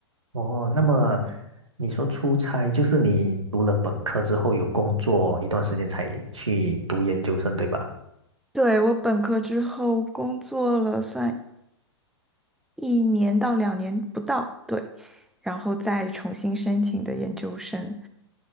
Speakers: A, on the right; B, in the centre.
A: 哦，那么你说出差，就是你读了本科之后有工作一段时间才去读研究生，对吧？
B: 对，我本科之后工作了，算一年到两年不到，对，然后再重新申请的研究生。